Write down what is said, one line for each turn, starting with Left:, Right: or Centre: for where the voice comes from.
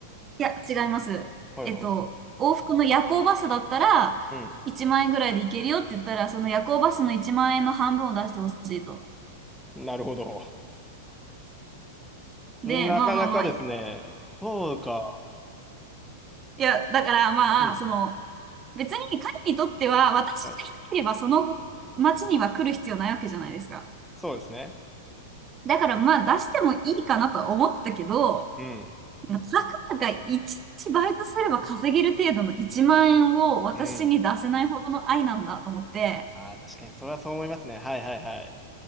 Right: いや、違います。
Centre: はいは
Right: えっと、往復の夜行バスだったら1万円ぐらいで行けるよって言ったら、
Centre: い。
Right: その夜行バスの1万円の半分を出してほしいと。
Centre: うん。なるほど。
Right: で、
Centre: なかなかですね。
Right: まあまあまあ、い
Centre: そうか。
Right: や、だからまあ、
Centre: うん。
Right: その、別に彼にとっては、私がいなければその町には来る必要ないわけじゃないですか。
Centre: はい。そうですね。
Right: だからまあ出してもいいかなとは思ったけど、
Centre: うん。
Right: たかが1日バイトすれば稼げる程度の1万円を私に出せないほどの愛なんだと思って、
Centre: うん。ああ、確かに、それはそう思いますね。はいはいはい。